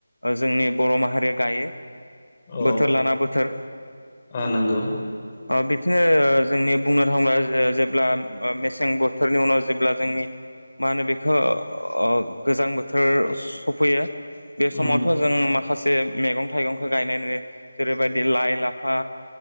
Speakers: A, on the left (about 85°); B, on the left (about 25°).
A: जोंनि बर' माहारिया गायो
B: अ
A: बोथोर लाना बोथोर
B: अ नंगौ
A: ओ बिदिनो जोंनि बुंनो थाङोबा जेब्ला मेसें बोथोरनि उनाव जेब्ला जोंनि मानोबे ओ गोजां बोथोर सफैयो बे
B: उम
A: समावथ' जों मा माखासे मेगं थाइगंखौ गायनाय नुयो जेरैबायदि लाइ लाफा